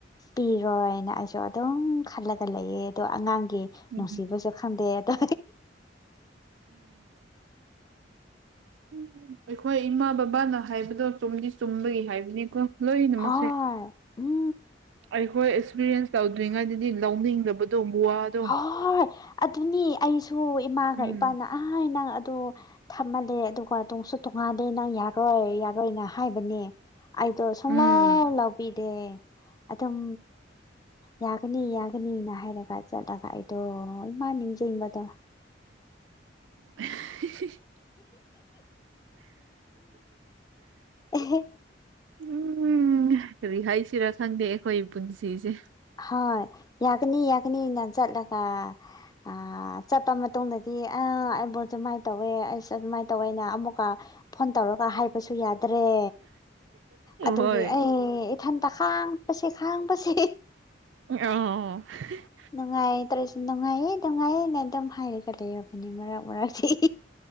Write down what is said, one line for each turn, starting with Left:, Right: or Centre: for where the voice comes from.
Left: ꯄꯤꯔꯣꯏꯅ ꯑꯩꯁꯨ ꯑꯗꯨꯝ ꯈꯜꯂꯒ ꯂꯩꯌꯦ ꯑꯗꯣ ꯑꯉꯥꯡꯒꯤ ꯅꯅꯨꯡꯁꯤꯕꯁꯨ
Right: ꯎꯝ
Left: ꯈꯥꯟꯗꯦ ꯇ
Right: ꯎ ꯑꯩꯈꯣꯏ ꯏꯃꯥ ꯕꯕꯥꯅ ꯍꯥꯏꯕꯗꯣ ꯆꯨꯝꯗꯤ ꯆꯨꯝꯕꯒꯤ ꯍꯥꯏꯕꯅꯤꯀꯣ ꯂꯣꯏꯅꯃꯛꯁꯦ
Left: ꯍ ꯎ
Right: ꯑꯩꯈꯣꯏ ꯑꯦꯛꯁꯄꯤꯔꯤꯌꯦꯟꯁ ꯇꯧꯗ꯭ꯔꯤꯉꯩꯗꯗꯤ ꯂꯧꯅꯤꯡꯗꯕꯗꯣ ꯋꯥꯗꯣ
Left: ꯍꯣꯏ ꯑꯗꯨꯅꯤ ꯑꯩꯁꯨ ꯏꯃꯥꯒ
Right: ꯎꯝ
Left: ꯏꯄꯥꯅ ꯑ ꯅꯪ ꯑꯗꯨ ꯊꯝꯃꯜꯂꯦ ꯑꯗꯨꯒ ꯇꯣꯡꯁꯨ ꯇꯣꯡꯉꯥꯟꯂꯦ ꯅꯪ ꯌꯥꯔꯣꯏ ꯌꯥꯔꯣꯏꯅ ꯍꯥꯏꯕꯅꯦ꯫ ꯑꯩꯗꯣ ꯁꯨꯃꯥꯡ
Right: ꯎꯝ
Left: ꯂꯕꯤ ꯗꯤ ꯑꯗꯨꯝ ꯌꯥꯒꯅꯤ ꯌꯥꯒꯅꯤꯅ ꯍꯥꯏꯔꯒ꯫ ꯆꯠꯂꯒ ꯑꯩꯗꯣ ꯏꯃꯥ ꯅꯤꯡꯖꯕꯗꯣ
Right: <inaudible>
Left: ꯎ
Right: ꯎꯝ ꯀꯔꯤ ꯍꯥꯏꯁꯤꯔꯥ ꯈꯪꯗꯦ ꯑꯩꯈꯣꯏ ꯄꯨꯟꯁꯤꯁꯦ
Left: ꯍꯣꯏ ꯌꯥꯒꯅꯤ ꯌꯥꯒꯅꯤ ꯅ ꯆꯠꯂꯒ ꯑ ꯆꯠꯄ ꯃꯇꯨꯡꯗ꯫ ꯁꯤ ꯑꯩꯕꯨꯣꯠꯁꯨ ꯑꯗꯨꯃꯥꯏꯅ ꯇꯧꯋꯦ ꯑꯩꯁꯨ ꯑꯗꯨꯃꯥꯏꯅ ꯇꯧꯋꯦꯅ ꯑꯃꯨꯛꯀ ꯐꯣꯟ ꯇꯧꯔꯒ ꯍꯥꯏꯕꯁꯨ ꯌꯥꯗ꯭ꯔꯦ ꯑꯗꯨꯒꯤ
Right: ꯍꯣꯏ
Left: ꯑꯩ ꯏꯊꯟꯇ ꯈꯥꯡꯕꯁꯦ ꯈꯥꯡꯕꯁꯦ꯫
Right: <unintelligible>
Left: ꯅꯨꯡꯉꯥꯏ ꯇꯧꯔꯁꯨ ꯅꯨꯡꯉꯥꯏꯌꯦ ꯅꯨꯡꯉꯥꯏꯌꯦꯅ ꯑꯗꯨꯝ ꯍꯥꯏꯔꯒ ꯂꯩꯔꯕꯅꯤ ꯃꯔꯛ ꯃꯔꯛꯁꯤ